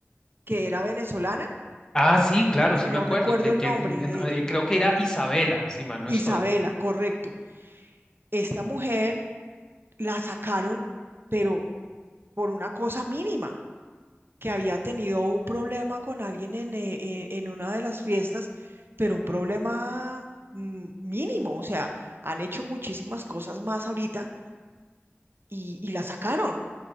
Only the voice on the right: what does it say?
que era venezolana?
Ay,
No
recuerdo
el
nombre
de ella.
Isabela,
correcto. Esta mujer la sacaron, pero por una cosa mínima, que había tenido un problema con alguien en, eh, eh, en una de las fiestas, pero un problema mm, mínimo, o sea han hecho muchísimas cosas más ahorita y, y la sacaron.